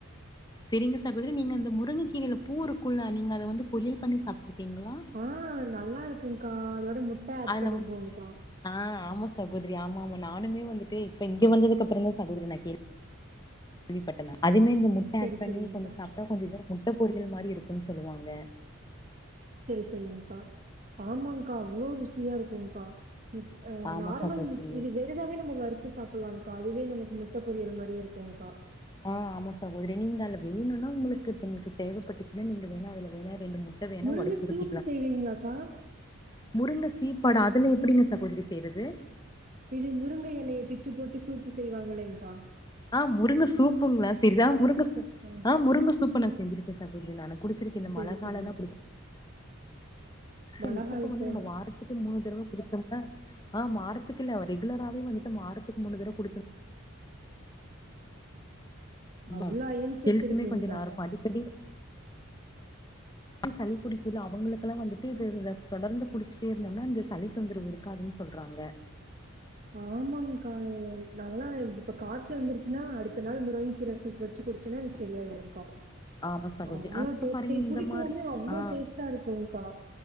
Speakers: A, on the left (about 20°); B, on the right (about 35°).
A: செரிங்க சகோதரி நீங்க இந்த முருங்க கீரயில பூ இருக்குள்ள நீங்க அத வந்து பொரியல் பண்ணி சாப்ட்டுருக்கீங்களா
B: ஆ நல்லா இருக்குங்கா அதோட முட்ட ஆட்
A: அதுல
B: பண்ணிப்
A: வந்து
B: போங்க்கா
A: ஆ ஆமா சகோதரி ஆமா ஆமா நானுமே வந்துட்டு இப்ப இங்க வந்தது அப்புறம் தான் சகோதரி நா கேள் விப்பட்ட அதுவுமே இந்த முட்ட
B: சரி
A: ஆட் பண்ணி
B: சரிங்க்கா
A: கொஞ்சம் சாப்ட்டா கொஞ்சம் இத முட்ட பொரியல் மாரி இருக்கும்ன்னனு சொல்லுவாங்க
B: செரி செரிங்கப்பா ஆமாங்கா அவ்ளோ ருசியா இருக்குங்கா அ
A: ஆமா
B: நார்மல்
A: சகோதரி
B: மு இது வெறு இதாவே நம்ம வரு த்து சாப்லாங்கா அதுவே நமக்கு முட்ட பொரியல் மாரியே இருக்கும்கா
A: ஆ ஆமாா சகோதர நீங்க அதுல வேணும்னா உங்ளுக்கு உங்ளுக்கு தேவப்பட்டுச்சுன்னா நீங்க வேணா அதுல வேணா ரெண்டு முட்ட வேணா
B: முருங்க
A: ஒடச்சு
B: சூப்பு
A: ஊத்திக்கலா
B: செய்வீங்களாக்கா
A: முருங்க சீப்பாடா அதுல எப்டிங்க சகோதரி செய்றது
B: இது முருங்க எலைய பிச்சு போட்டு சூப்பு செய்வாங்களேன்கா
A: ஆ முருங்க சூப்புங்களா செரி ஆ முருங்க சூப்
B: ம்
A: ஆ முருங்க சூப் நா செஞ்சிரு க்கே சகோதரி நானு குடிச்சிருக்கே இந்த
B: சரி
A: மழ
B: சரிங்க.
A: காலோனா குடி
B: மழகாலத்து
A: இந்த சூப்ப வந்து நம்ம வாரத்துக்கு மூனு தடவ குடிச்சோம்னா ஆ வாரத் த்துகல்ல ரெகுலராவே வந்துட்டு வாத்துக்கு மூனு தடவ குடிச்சு ஆம்பா
B: அவ்ளோ அயன் சத்து
A: ஹெல்த்துமே
B: இருக்குங்க்கா.
A: கொஞ்சம் நார்ம அடிக்கடி சளி புடிக்குது அவுங்களுக்கெல்லாம் வந்துட்டு இது தொடர்ந்து குடிச்சுட்டே இருந்தோம்னா இந்த சளி தொந்தரவு இரு க்காதுன்னு சொல்றாங்க
B: ஆமாங்கா நாங்கல்லாம் இப்ப காய்ச்சி வந்துருச்சுன்னா அடுத்த நாள முருங்கக் கீர சூப் வச்சு குடிச்சோன்னா எனக்கு சரியாயிரும் கா
A: ஆமா சகோதரி
B: அவ்ளோ
A: ஆனா
B: டேஸ்டி
A: பாருங்க இந்த
B: புடிக்கு
A: மாரி
B: அவ்ளோ
A: ஆ
B: டேஸ்ட்டா இருக்குகா